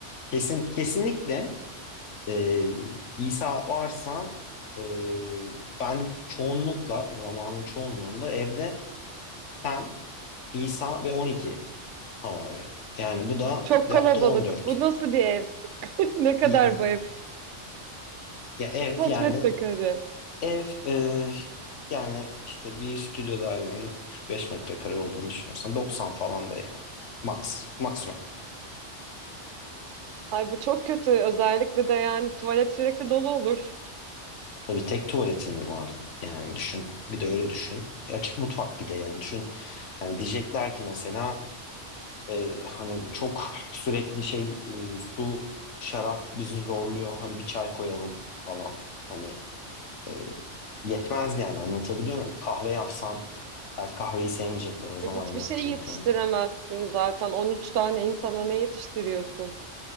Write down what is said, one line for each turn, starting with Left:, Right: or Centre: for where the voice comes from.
Left: Kesin kesinlikle e, İsa varsa e, ben çoğunlukla zamanın çoğunluğunda evde ben İsa ve 12 havari. Yani bu da
Right: Çok
Left: yaptı
Right: kalabalık.
Left: 14.
Right: Bu nasıl bir ev? <laughs> Ne kadar
Left: Y- y-
Right: bu ev?
Left: Ya ev
Right: Kaç
Left: yani
Right: metrekare?
Left: ev e, yani işte bir stüdyo dairenin 45 metrekare olduğunu düşünürsen 90 falan da yani max maksimum.
Right: Ay bu çok kötü. Özellikle de yani tuvalet sürekli dolu olur.
Left: Tabii tek tuvaletin var yani düşün bir de öyle düşün. E, açık mutfak bir de yani düşün. Yani diyecekler ki mesela Ee, hani çok sürekli şey e, su şarap bizi zorluyor hadi bir çay koyalım falan hani e, yetmez yani anlatabiliyor muyum? Kahve yapsan belki kahveyi sevmeyecekler o zaman
Right: Ve Hiçbir
Left: yok
Right: şey
Left: çünkü
Right: yetiştiremezsin zaten. 13 tane insana ne yetiştiriyorsun?